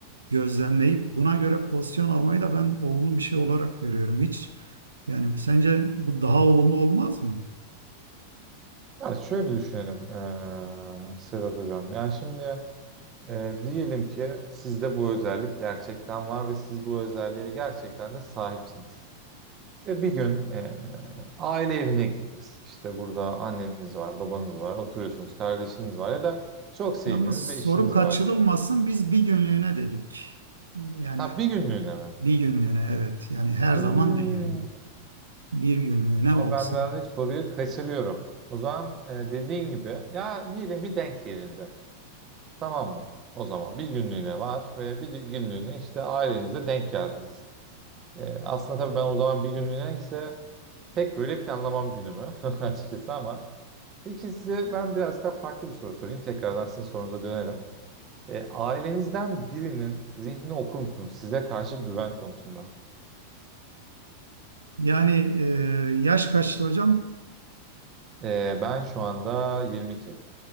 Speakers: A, on the right (about 75°); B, on the right (about 30°).
A: gözlemleyip buna göre pozisyon almayı da ben olumlu bir şey olarak görüyorum. Hiç yani sence bu daha olumlu olmaz mı?
B: Ya şöyle düşünelim eee, Sedat Hocam. Yani şimdi eee, diyelim ki sizde bu özellik gerçekten var ve siz bu özelliğe gerçekten de sahipsiniz. Ve bir gün eee, aile evine gittiniz. İşte burada anneniz var, babanız var, oturuyorsunuz, kardeşiniz var ya da çok sevdiğiniz
A: Yalnız
B: bir eşiniz
A: soru kaçırılmasın
B: var diyelim.
A: biz bir günlüğüne dedik. Yani
B: Ha bir günlüğüne mi?
A: bir günlüğüne evet yani her
B: Hmm,
A: zaman değil yani. Bir günlüğüne
B: ama
A: olsun.
B: ben birazcık soruyu kaçırıyorum. O zaman eee, dediğin gibi ya diyelim bir denk gelindi. Tamam mı? O zaman bir günlüğüne var ve bir de- günlüğüne işte ailenize denk geldiniz. Ee, aslında tabii ben o zaman bir günlüğüne ise pek böyle planlamam günümü <laughs> açıkçası ama peki size ben biraz daha farklı bir soru sorayım. Tekrardan sizin sorunuza dönerim. Ee, ailenizden birinin zihnini okur musunuz size karşı güven konusunda?
A: Yani e, yaş kaçtı hocam?
B: Ee, ben şu anda 22.